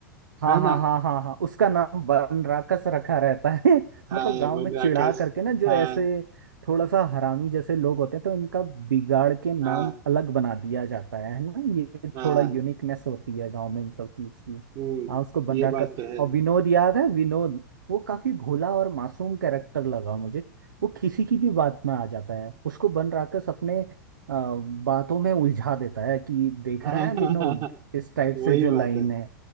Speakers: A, on the right; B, on the right.
A: हाँ
B: है ना
A: हाँ हाँ हाँ हाँ उसका नाम बनराकस रखा रहता है <laughs>
B: हाँ
A: मतलब गांव
B: बनराकस
A: में चिढ़ा करके ना जो
B: हाँ
A: ऐसे थोड़ा सा हरामी जैसे लोग होते हैं तो इनका बिगाड़ के नाम
B: हाँ
A: अलग बना दिया जाता है है ना ये
B: हाँ
A: थोड़ा यूनिकनेस होती है गांव में इन सब चीज की
B: हम्म
A: हाँ उसको बनराकस
B: ये बात तो है
A: और विनोद याद है विनोद वो काफी भोला और मासूम कैरेक्टर लगा मुझे वो किसी की भी बात में आ जाता है उसको बनराकस अपने अ, बातों में उलझा देता है कि
B: <laughs>
A: देख
B: हाँ,
A: रहा है
B: हाँ
A: विनोद
B: हाँ हाँ,
A: इस टाइप
B: वही
A: से जो
B: बात
A: लाइन
B: है
A: है